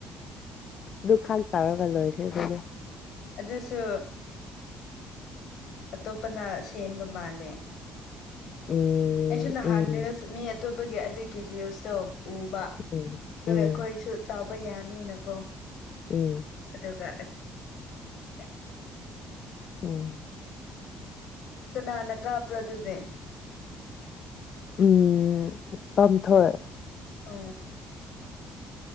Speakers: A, on the left; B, on the left.
A: ꯗꯨ ꯈꯛ ꯇꯧꯔꯒ ꯂꯣꯏꯈ꯭ꯔꯦ ꯈꯣꯏꯗꯤ
B: ꯑꯗꯨꯁꯨ ꯑꯇꯣꯞꯄꯅ ꯁꯦꯝꯕ ꯃꯥꯜꯂꯦ
A: ꯎꯝ
B: ꯑꯩꯁꯨ ꯅꯍꯥꯟ
A: ꯎꯝ
B: ꯔꯤꯜꯁ ꯃꯤ ꯑꯇꯣꯞꯄꯒꯤ ꯑꯗꯨꯒꯤ ꯔꯤꯜꯁꯇꯣ ꯎꯕ
A: ꯎꯝ
B: ꯑꯗꯨꯒ
A: ꯎꯝ
B: ꯑꯩꯈꯣꯏꯁꯨ ꯇꯥꯕ ꯌꯥꯅꯤꯅꯀꯣ
A: ꯎꯝ
B: ꯑꯗꯨꯒ <unintelligible>
A: ꯎꯝ
B: ꯀꯅꯥꯅ ꯀꯥꯞꯄ꯭ꯔꯥꯗꯨꯗꯤ
A: ꯎꯝ ꯄꯝꯊꯣꯏ
B: ꯑ